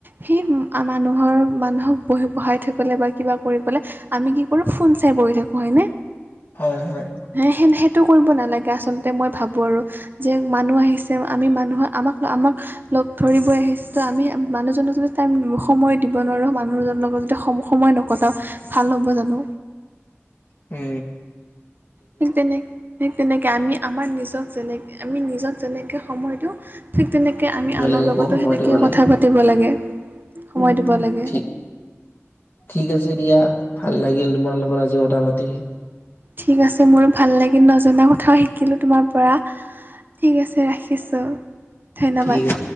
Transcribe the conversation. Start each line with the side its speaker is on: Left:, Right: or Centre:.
Right: সেই আ মানুহৰ মানুহক বহি বহাই থবলে বা কিবা কৰিবলে আমি কি কৰোঁ ফোন চাই বহি থাকোঁ হয়নে
Left: হয় হয়
Right: সে সেইটো কৰিব নালাগে আচলতে মই ভাবোঁ আৰু যে মানুহ আহিছে আমি মানুহৰ আমাক আমাক - লগ ধৰিব‌য়ে আহিছে, আমি সেই মানুহজনক যদি টাইম সময় দিব নোৱাৰো, মানুহজনৰ লগত যদি সম সময় নকটাওঁ, ভাল হ'ব জানো?
Left: এ
Right: ঠিক তেনে ঠিক তেনেকে আমি আমাৰ নিজক যেনে আমি নিজক যেনেকে সময় দিওঁ - ঠিক তেনেকে আমি
Left: বেলেগকো
Right: আনৰ লগতো
Left: সময়
Right: সেনেকেই
Left: দিব লাগে
Right: কথা পাতিব লাগে। সময়
Left: উম
Right: দিব
Left: উম
Right: লাগে
Left: ঠিক - ঠিক আছে দিয়া, ভাল লাগিল তোমাৰ লগত আজি কথা পাতি।
Right: ঠিক আছে মোৰো ভাল লাগিল নজনা কথাও শিকিলোঁ তোমাৰ পৰা। ঠিক আছে ৰাখিছোঁ ধন্যবাদ।
Left: ঠিক আছে